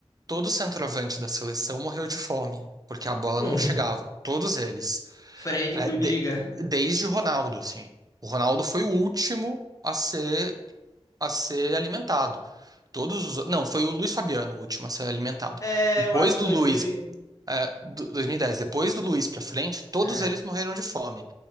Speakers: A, on the right; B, on the left.
A: todo centroavante da seleção morreu de fome, porque a bola
B: Muito.
A: não chegava. Todos eles.
B: Fred
A: É,
B: que o
A: de-
B: diga.
A: desde o Ronaldo, assim. O Ronaldo foi o último a ser, a ser alimentado. Todos os, não, foi o Luiz Fabiano o último a ser alimentado.
B: É,
A: Depois
B: eu acho
A: do
B: 2000.
A: Luiz,
B: e-
A: é, do- 2010, depois do Luiz pra frente, todos
B: É.
A: eles morreram de fome.